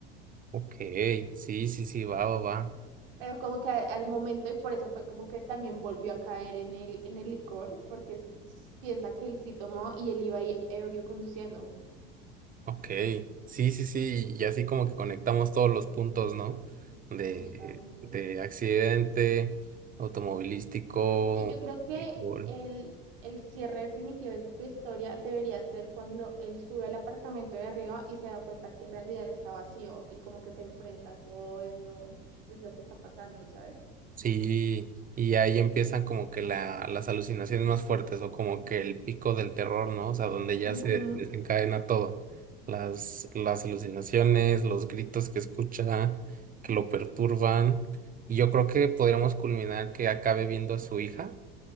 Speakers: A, on the right; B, on the right.
A: Ok, sí, sí, sí, va, va, va.
B: Pero como que a- al momento, y por eso fue como que también volvió a caer en el, en el licor, porque s- piensa que él sí tomó y él iba ahí ebrio conduciendo,
A: Ok, sí, sí, sí, y así como que conectamos todos los puntos, ¿no? De,
B: justamente.
A: de accidente, automovilístico,
B: Y yo creo que
A: fútbol.
B: el, el cierre definitivo de tu historia debería ser cuando él sube al apartamento de arriba y se da cuenta que en realidad está vacío y como que se enfrenta a todo esto, que es lo que está pasando, ¿sabes?
A: Sí, y ahí empiezan como que la, las alucinaciones más fuertes o como que el pico del terror, ¿no? O sea, donde ya
B: Ujú,
A: se desencadena todo. Las, las alucinaciones, los gritos que escucha, que lo perturban. Y yo creo que podríamos culminar que acabe viendo a su hija